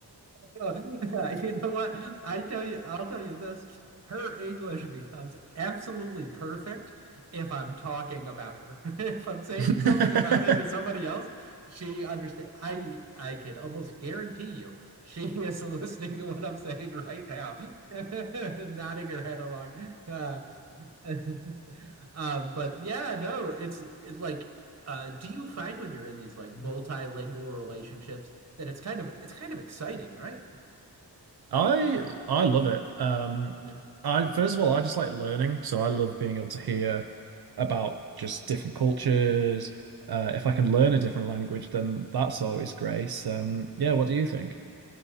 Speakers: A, on the right; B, on the right.
A: <laughs> Well, Yeah, you know what? I tell you, I'll tell you this. Her English becomes absolutely perfect if I'm talking about her. <laughs> If I'm saying
B: <laughs>
A: something about her to somebody else, she understand. I I can almost guarantee you she is <laughs> listening to what I'm saying right now, <laughs> nodding her head along. Uh, <laughs> um, but yeah, no, it's it, like, uh, do you find when you're in these like multilingual relationships that it's kind of it's kind of exciting, right?
B: I I love it. Um,
A: Yeah.
B: I first of all I just like learning, so I love being able to hear about just different cultures. Uh, if I can learn a different language, then that's always great. Um, yeah, what do you think?